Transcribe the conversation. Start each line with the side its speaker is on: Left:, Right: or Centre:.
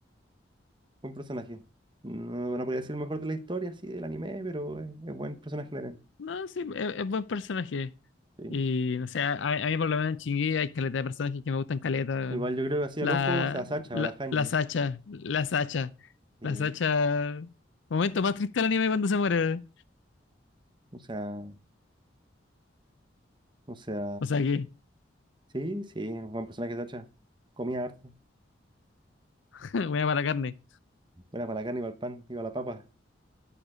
Right: Buen personaje. No, no podría decir el mejor de la historia, así, del anime, pero es, es buen personaje Leran.
Left: No, sí, es, es buen personaje.
Right: Sí.
Left: Y no sé, a, a mí por lo menos en Chingui hay caleta de personajes que me gustan caleta. weón.
Right: Igual yo creo que hacía
Left: La,
Right: el ojo, o sea, Sacha
Left: la,
Right: o la Hanji.
Left: la Sacha, la Sacha,
Right: Sí.
Left: la Sacha. Momento más triste del anime cuando se muere.
Right: O sea, o sea,
Left: O sea que,
Right: sí, sí, un buen personaje Sacha. Comía harto.
Left: <laughs> buena para la carne.
Right: Buena para la carne, iba al pan, iba a la papa.